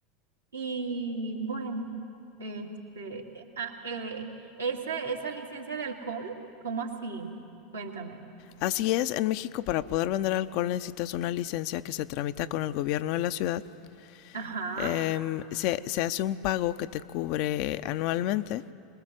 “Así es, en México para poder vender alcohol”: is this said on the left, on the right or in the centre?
Left